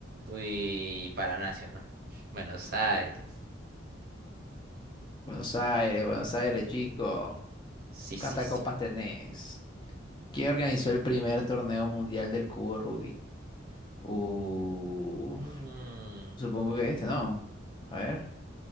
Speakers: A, on the right; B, on the left.
A: Uy, Paranacio, ¿no? <laughs> Buenos Aires.
B: Buenos Aires, Buenos Aires, chico.
A: Sí, sí,
B: ¿Cuántas
A: sí.
B: copas tenés? ¿Quién organizó el primer torneo mundial del cubo Rubik? Uf,
A: Mm,
B: supongo que este, ¿no? A ver,